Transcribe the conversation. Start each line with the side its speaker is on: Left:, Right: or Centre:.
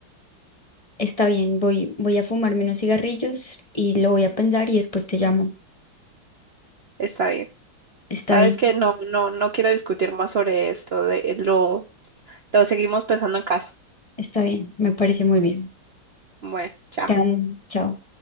Left: está bien, voy, voy a fumarme unos cigarrillos y lo voy a pensar y después te llamo.
Right: Está bien.
Left: Está
Right: Sabes
Left: bien,
Right: que no, no, no quiero discutir más sobre esto, de, lo, lo seguimos pensando en casa.
Left: está bien, me parece muy bien.
Right: Bueno, chao.
Left: Te amo, chao.